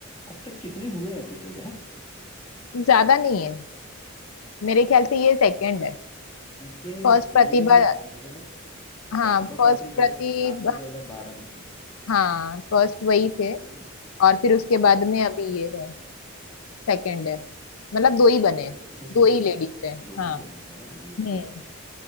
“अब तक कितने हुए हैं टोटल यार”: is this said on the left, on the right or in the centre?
Left